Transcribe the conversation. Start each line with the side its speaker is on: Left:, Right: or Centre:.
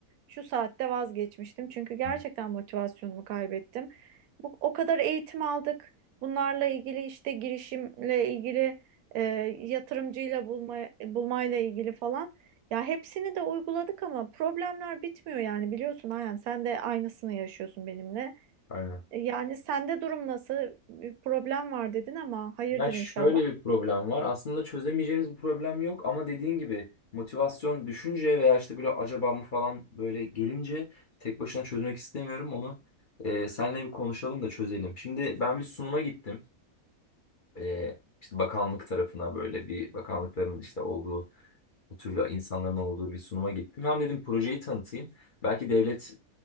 Right: şu saatte vazgeçmiştim. Çünkü gerçekten
Left: Hı,
Right: motivasyonumu kaybettim. Bu, o kadar eğitim aldık. Bunlarla ilgili işte girişimle ilgili e, yatırımcıyla bulma, bulmayla ilgili falan. Ya hepsini de uyguladık ama problemler bitmiyor yani biliyorsun Ayhan sen de aynısını yaşıyorsun benimle.
Left: Aynen.
Right: E, Yani sende durum nasıl? Bir problem var dedin ama hayırdır
Left: Ya şöyle
Right: inşallah.
Left: bir problem var. Aslında çözemeyeceğimiz bir problem yok ama dediğin gibi motivasyon düşünce veya işte böyle acaba mı falan böyle gelince tek başına çözmek istemiyorum onu. Ee, senle bir konuşalım da çözelim. Şimdi ben bir sunuma gittim. Ee, işte bakanlık tarafına böyle bir bakanlıkların işte olduğu bu türlü insanların olduğu bir sunuma gittim. Hem dedim projeyi tanıtayım. Belki devlet